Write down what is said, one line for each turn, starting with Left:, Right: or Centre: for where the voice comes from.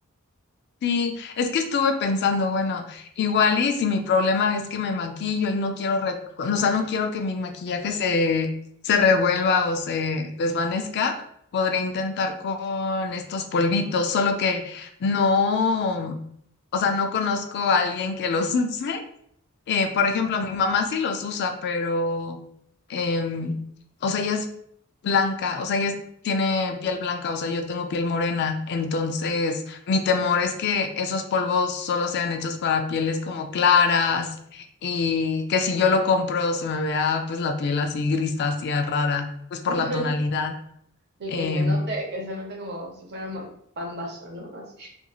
Left: Sí, es que estuve pensando, bueno, igual y si mi problema es que me maquillo y no quiero, re- o sea, no quiero que mi maquillaje se, se revuelva o se desvanezca, podré intentar con estos polvitos, solo que no, o sea, no conozco a alguien que los <laughs> use Eh, por ejemplo, mi mamá sí los usa, pero, em, o sea, ella es blanca, o sea, ella es- tiene piel blanca, o sea, yo tengo piel morena, entonces mi temor es que esos polvos solo sean hechos para pieles como claras y que si yo lo compro se me vea pues la piel así grisácea, rara, pues por
Right: <laughs>
Left: la tonalidad.
Right: El
Left: Em,
Right: que se note, que se note como si fuera ma- pambazo, ¿no? Así.